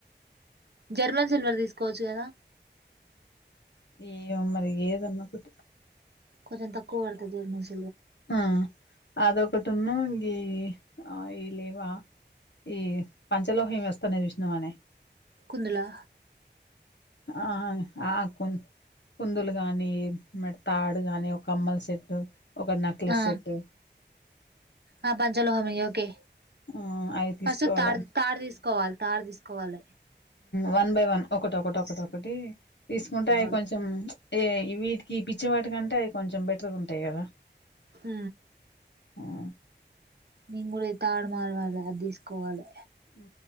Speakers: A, on the right (about 60°); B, on the left (about 70°).
A: జర్మన్ సిల్వర్ తీసుకోవచ్చు కదా
B: ఏమో మరిఇగ ఏదన్నా ఒకటి
A: కొంచెం తక్కువ పడుతది <unintelligible> జ మ
B: ఆ అవొకటిను గీ అయి లేవా ఈ పంచలోహం వస్తనయి చూసినావనే
A: కుందులా
B: ఆహ ఆ కుందులు కుందులు గాని మరి తాడు గాని ఒక కమ్మల సెట్టు ఒక <unintelligible> క్లిస్
A: ఆ
B: సెట్టు
A: ఆ పంచలోహమివి ఓకే
B: ఆ అవి తీసుకోవాలా
A: ఫస్ట్ తాడు తాడు తీసుకోవాలి తాడు తీసుకోవాలి
B: వన్ బై వన్ ఒకటి ఒకటి ఒకటొకటి తీసుకుంటే అవి
A: ఓకే
B: కొంచెం ఏ వీటికి పిచ్చి వాటికంటే అవి కొంచెం బెటర్గ ఉంటయి కదా
A: ఆ
B: ఆ
A: నేను కూడా ఈ తాడు మారవాలి అది తీసుకోవాలి
B: ఉ